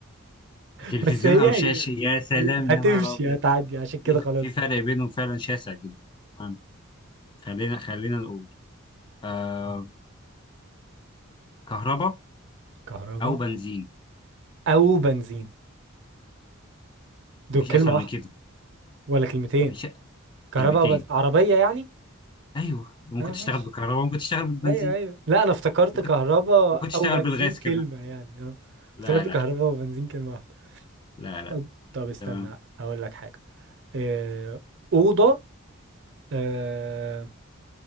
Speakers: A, on the right; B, on the left.
A: <laughs>
B: تلفزيون
A: بس هي
B: او
A: هي
B: شاشه يا سلام
A: هتمشي
B: يا نهار ابيض
A: هتعدي عشان كده
B: في
A: خلاص
B: في فرق بينهم فعلا شاسع جدا تمام خلينا خلينا نقول آه
A: <laughs>
B: كهرباء
A: كهرباء
B: او بنزين
A: او بنزين دول
B: مفيش
A: كلمة
B: اسهل
A: واحدة
B: من كده
A: ولا كلمتين
B: مفيش
A: كهرباء
B: كلمتين
A: وبنزين. عربية يعني
B: ايوه ممكن
A: اه
B: تشتغل
A: ماشي
B: بالكهرباء ممكن تشتغل بالبنزين
A: ايوه ايوه لا انا افتكرت
B: ممكن
A: كهرباء
B: ممكن تشتغل
A: او بنزين
B: بالغاز
A: كلمة
B: كمان
A: يعني اه
B: لا
A: افتكرت
B: لا
A: كهرباء
B: لا
A: وبنزين كلمة واحدة
B: لا لا
A: طب طب استنى
B: تمام
A: اقول لك حاجة آه، أوضة آه،